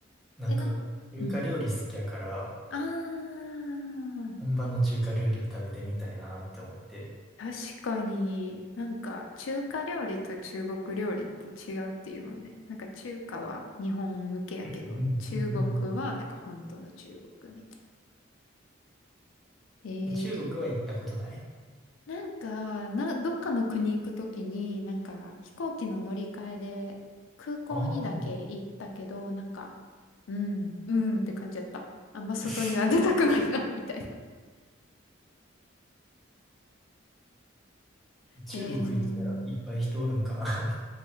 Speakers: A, in the centre; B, on the left.
A: なんか、
B: え、なんか、
A: 中華料理好きやから、
B: うん。ああ、
A: 本場の中華料理を食べてみたいなって思ってる。
B: 確かに、なんか中華料理と中国料理って違うっていうもんね。なんか中華は日本向けやけど、
A: うんうんうんうん
B: 中国はなんか本当の中国みたいな。えー、
A: え中国は行ったことない
B: なんか、な、どっかの国行くときに、なんか飛行機の乗り換えで空港にだけ行ったけど、
A: ああー。
B: なんか、うん、うんって感じだった。あんま外には出たくないな
A: <laughs>
B: <laughs> みたいな。<laughs>
A: 中国行ったらいっぱい人おるんかな。
B: えー、